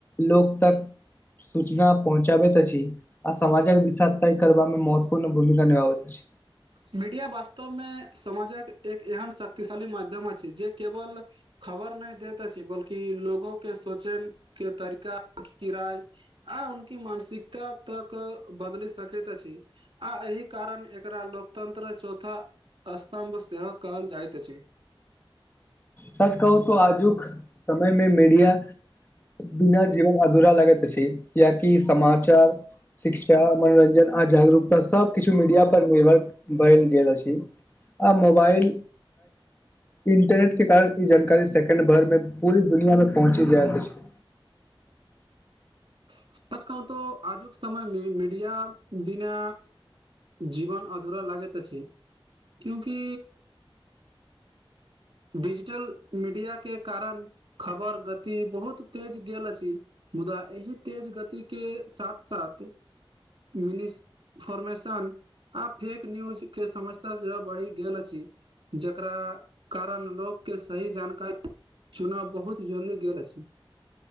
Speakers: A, on the left; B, on the right.
A: लो तक सूचना पहुँचाबैत अछि आ समाजक दिशा तैय करवामे महत्वपूर्ण भूमिका निभाबत अछि
B: मीडिया वास्तवमें समाजक एक एहन शक्तिशाली माध्यम अछि जे केवल खबर नय देताे छी बल्कि लोगो के सोचे के तरीका किराय आ उनकी मानसिकता तक बदइल सकैत अछि आ एहि कारण एकरा लोकतन्त्र चौथा स्तम्भ सेहो कहल जाइत अछि
A: सच कहू त आजुक समयमे मीडिया बिना जीवन अधूरा लागैत छ्य कियकि समाचार शिक्षा मनोरंजन आ जागरूकता सब किछ मीडिया पर निर्भर बल गेल अछि आ मोबाइल इंटर नेट के कारण ई जानकारी सेकेंड भर में पूरी दुनिया मे पहुँची जायइत अछि
B: सच कहू तो आजुक समयमें मीडिया बिना जीवन अधूरा लागैत अछि क्यूंकि डिजिटल मीडिया के कारण खबर गति बहुत तेज गेल अछि मुदा एहि तेज गति के साथ साथ मिनिस्ट फॉर्मेशन आ फेक न्यूज के समस्या सेहो बइढ़ गेल अछि जकरा कारण लोकके सही जानकारी चुनब बहुत जरूरी गेल अछि